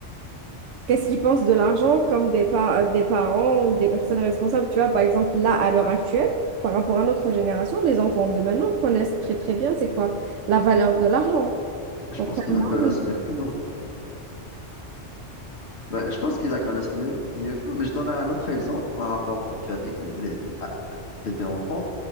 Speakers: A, on the right; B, on the left.
A: qu'est-ce qu'ils pensent de l'argent comme des, pa- des parents ou des personnes responsables. Tu vois, par exemple, là, à l'heure actuelle, par rapport à notre génération, les enfants de maintenant connaissent très, très bien c'est quoi la valeur de l'argent.
B: Je pense qu'ils
A: Ah, nous,
B: la connaissent mieux que nous. Ouais, je pense qu'ils la connaissent mieux, mieux que nous. Mais je donnerai un autre exemple par rapport. Tu as dit que les, tu étais enfant.